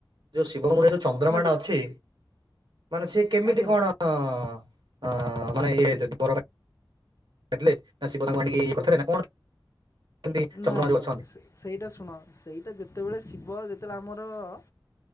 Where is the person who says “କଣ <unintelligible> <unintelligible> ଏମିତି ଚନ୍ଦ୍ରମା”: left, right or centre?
Right